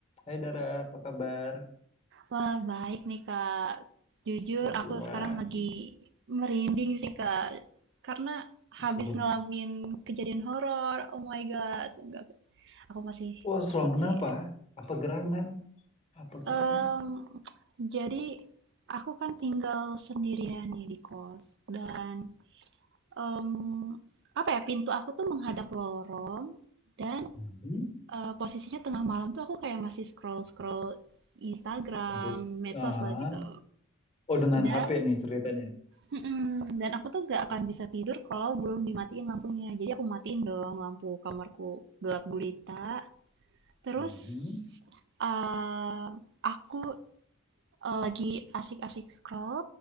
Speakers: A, on the left; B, on the right.
A: Hai Dara, apa kabar?
B: Wah, baik nih, Kak. Jujur,
A: Gimana?
B: aku sekarang lagi merinding sih, Kak. Karena
A: Serem.
B: habis ngalamin kejadian horor. Oh my God. Enggak, aku masih
A: Wah,
B: takut
A: serem kenapa?
B: sih.
A: Apa gerangan? Apa gerangan?
B: Em, jadi, aku kan tinggal sendirian nih di kos. Dan, em, apa ya, pintu aku tuh menghadap lorong. Dan
A: Mhm.
B: eh, posisinya tengah malam tuh aku kayak masih scroll-scroll Instagram,
A: Komput.
B: medsos
A: Ah.
B: lah gitu.
A: Oh, dengan
B: Dan
A: HP nih ceritanya.
B: Mm-mm. Dan aku tuh gak
A: Waduh.
B: akan bisa tidur kalau belum dimatiin lampunya. Jadi aku matiin dong lampu kamarku gelap gulita. Terus
A: Mhm.
B: um, aku uh, lagi asik-asik scroll,